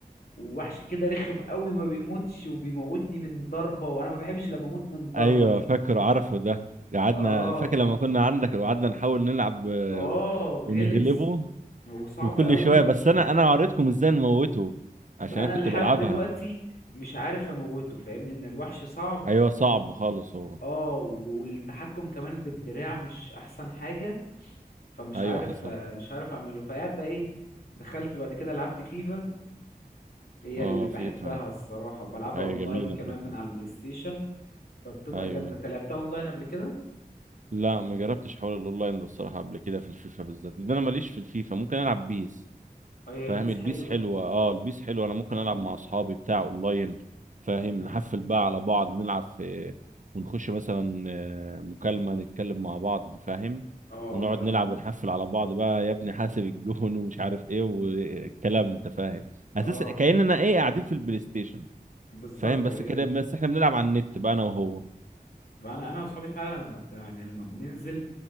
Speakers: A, on the left (about 75°); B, on the right (about 55°).
A: ووحش كده رخم قوي ما بيموتش وبيموتني من ضربة وانا ما بحبش لما اموت من ضربة
B: ايوه
A: دي
B: فاكره عارفه ده قعدنا
A: اه
B: فاكر لما كنا عندك وقعدنا نحاول نلعب آه،
A: اه
B: و- ونغلبه
A: غلس هو صعب
B: وكل
A: قوي
B: شويه بس انا انا وريتكم ازاي نموته عشان
A: ما
B: انا
A: انا
B: كنت
A: لحد
B: بلعبها
A: دلوقتي مش عارف اموته فاهمني ان الوحش صعب
B: ايوه صعب خالص هو
A: اه والتحكم كمان بالدراع مش احسن حاجة فمش
B: ايوه
A: عارف
B: حصل
A: آه، مش عارف اعمله فقعد بقى ايه دخلت بعد كده لعبت فيفا هي
B: اه
A: اللي بحبها
B: فيفا
A: الصراحة وبلعبها
B: ايوه
A: اونلاين
B: جميله
A: كمان
B: فيفا
A: من على البلاي ستيشن فبتبقى
B: ايوه
A: جامدة انت لعبتها اونلاين قبل كده
B: لا ما جربتش حوار الاونلاين ده الصراحه قبل كده في الفيفا بالذات لان انا ماليش في الفيفا ممكن العب بيس
A: اه هي
B: فاهم
A: البيس
B: البيس
A: حلوة
B: حلوة اه البيس حلوة انا ممكن العب مع اصحابي بتاع اونلاين فاهم
A: مم.
B: نحفل بقى على بعض نلعب في ونخش مثلا آه، مكالمة نتكلم مع بعض فاهم
A: اه
B: ونقعد
A: اه فاهمك
B: نلعب ونحفل على بعض بقى يا ابني حاسب الجون <laughs> ومش عارف ايه والكلام انت فاهم اساس
A: اه
B: كأننا ايه قاعدين في البلاي ستيشن
A: بالظبط
B: فاهم بس
A: هي
B: كده بس احنا بنلعب على النت بقى انا وهو
A: انا انا واصحابي فعلا لما- يعني لما بننزل